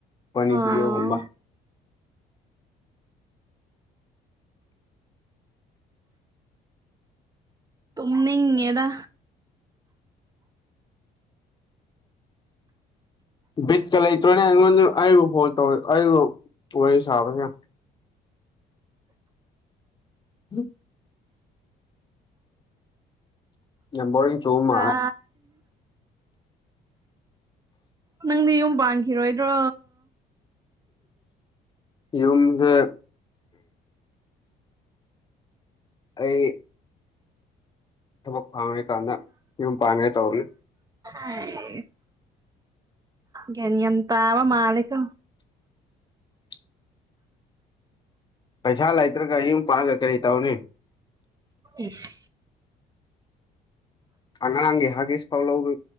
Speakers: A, on the left; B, on the right.
A: ꯄꯅꯤ
B: ꯑꯥ
A: ꯄꯌꯣ ꯍꯕ
B: ꯇꯣꯝꯅ ꯌꯦꯗꯥ
A: ꯕꯤꯠꯀ ꯂꯩꯇ꯭ꯔꯣꯅꯦ ꯑꯩꯉꯣꯟꯗ ꯑꯩꯕꯨ ꯐꯣꯟ ꯇꯧ ꯑꯩꯕꯨ ꯋꯥꯔꯤ ꯁꯥꯕꯅꯦ ꯎꯝ ꯌꯥꯝ ꯕꯣꯔꯤꯡ ꯆꯨꯕ
B: ꯆ
A: ꯃꯥꯜꯂꯦ
B: ꯅꯪꯗꯤ ꯌꯨꯝ ꯄꯥꯟꯈꯤꯔꯣꯏꯗ꯭ꯔꯣ
A: ꯌꯨꯝꯁꯦ ꯑꯩ ꯊꯕꯛ ꯐꯥꯡꯉꯔꯤꯀꯥꯟꯗ ꯌꯨꯝ ꯄꯥꯟꯉꯦ ꯇꯧꯅꯤ
B: ꯑꯥꯁ ꯒ꯭ꯌꯥꯟ ꯌꯥꯝ ꯇꯥꯕ ꯃꯥꯜꯂꯦꯀꯣ
A: <inaudible> ꯄꯩꯁꯥ ꯂꯩꯇ꯭ꯔꯒ ꯌꯨꯝ ꯄꯥꯜꯂꯒ ꯀꯩ ꯇꯧꯅꯤ
B: ꯏꯁ
A: ꯑꯉꯥꯡꯒꯤ ꯍꯥꯒꯤꯁ ꯐꯥꯎ ꯂꯧꯕ